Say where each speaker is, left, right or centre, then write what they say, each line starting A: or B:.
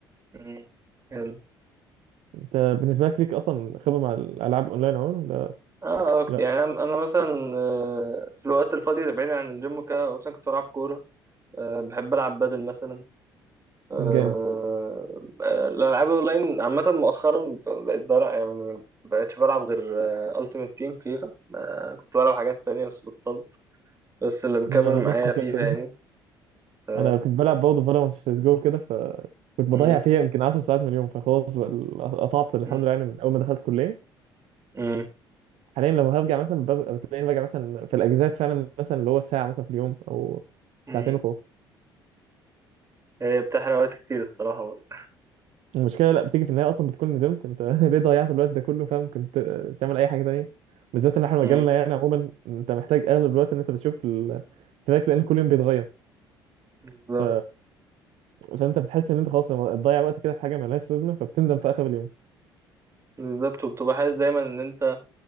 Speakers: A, on the right; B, on the right.
A: مم. حلو
B: انت بالنسبه لك ليك اصلا خبره مع الالعاب اونلاين عموما ولا
A: اه آه،
B: لا
A: يعني انا أنا مثلا آه، في الوقت الفاضي اللي بعيد عن الجيم وكده مثلا كنت بلعب كوره آه، بحب العب بدل مثلا آه،
B: جامد
A: آه، الالعاب اونلاين عامه مؤخرا بقيت بلعب يعني بقيتش بلعب غير التيمت تيم فيفا آه، كنت بلعب حاجات تانية بس بطلت بس اللي مكمل
B: لا، نفسك
A: معايا فيفا
B: انت
A: يعني ف
B: انا كنت بلعب برضه فالورانت في سيس جو كده فكنت بضيع
A: مم،
B: فيها يمكن 10 ساعات من اليوم فخلاص بقى ال- قطعت الحمد
A: مم،
B: لله يعني من اول ما دخلت كليه
A: مم،
B: حاليا لو هرجع مثلا بر- بتلاقيني برجع مثلا في الاجازات فعلا مثلا اللي هو ساعه مثلا في اليوم او
A: مم.
B: ساعتين وخلاص
A: هي بتحرق وقت كتير الصراحه برضه
B: المشكله لا بتيجي في النهايه اصلا بتكون ندمت انت <laughs> ليه ضيعت الوقت ده كله فاهم كنت تعمل اي حاجه تانيه بالذات ان احنا مجالنا
A: مم،
B: يعني عموما انت محتاج اغلب الوقت ان انت بتشوف التراك لان كل يوم بيتغير
A: بالظبط
B: ف... فانت بتحس ان انت خلاص تضيع وقت كده في حاجه ملهاش لازمه فبتندم في اخر اليوم
A: بالظبط وبتبقى حاسس دايما ان انت